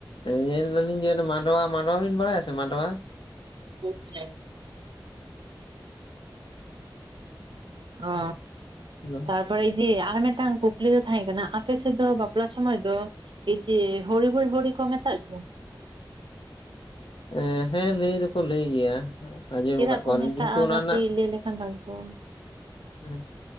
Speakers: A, on the left; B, on the right.
A: ᱧᱮᱞ ᱫᱟᱹᱞᱤᱧ ᱡᱮ ᱚᱱᱟ ᱢᱟᱸᱰᱣᱟ ᱢᱟᱸᱰᱣᱟ ᱵᱤᱱ ᱵᱟᱲᱟᱭᱟ ᱥᱮ ᱢᱟᱸᱰᱣᱟ?
B: <unintelligible> ᱚ
A: ᱦᱮᱞᱳ
B: ᱛᱟᱨᱯᱚᱨ ᱡᱮ ᱟᱨ ᱢᱮᱫᱴᱟᱝ ᱠᱩᱠ ᱞᱤ ᱫᱚ ᱛᱟᱦᱮᱸ ᱠᱟᱱᱟ ᱟᱯᱮ ᱥᱮᱫ ᱫᱚ ᱵᱟᱯᱞᱟ ᱥᱚᱢᱚᱭ ᱫᱚ ᱮᱭ ᱡᱮ ᱦᱩᱨᱤ ᱵᱳᱞ ᱦᱩᱨᱤ ᱠᱚ ᱢᱮᱛᱟᱜ ᱜᱮᱭᱟ᱾
A: ᱮᱸ ᱦᱮᱸ ᱞᱟᱹᱭ ᱫᱚᱠᱚ ᱞᱟᱹᱭ ᱜᱮᱭᱟ ᱾ ᱟᱸᱡᱚᱢ
B: ᱪᱮᱫᱟᱜ
A: ᱢᱟᱠᱟᱜ ᱠᱚᱣᱟᱞᱤᱧ
B: ᱠᱚ ᱢᱮᱛᱟᱜᱼᱟ
A: ᱠᱤᱱᱛᱩ ᱚᱱᱟ
B: ᱠᱟᱹᱴᱤᱡ
A: ᱨᱮᱱᱟᱜ
B: ᱞᱟᱹᱭ ᱞᱮᱠᱷᱟᱱ ᱵᱷᱟᱜᱤ ᱠᱚᱜᱼᱟ
A: ᱩᱦᱩᱸ